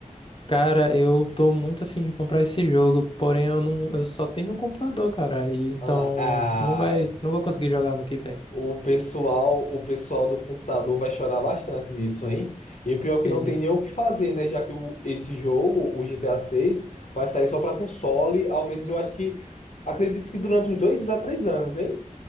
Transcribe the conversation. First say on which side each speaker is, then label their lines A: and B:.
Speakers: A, on the left; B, on the left.
A: Cara, eu tô muito afim de comprar esse jogo, porém eu não, eu só tenho um computador, cara, e então
B: Ah, ai.
A: não vai, não vou conseguir jogar no que vem.
B: O pessoal, o pessoal do computador vai chorar bastante nisso, hein? E pior que
A: Sim.
B: não tem nem o que fazer, né? Já que o, esse jogo, o GTA 6, vai sair só para console, ao menos eu acho que, acredito que durante uns dois a três anos, hein?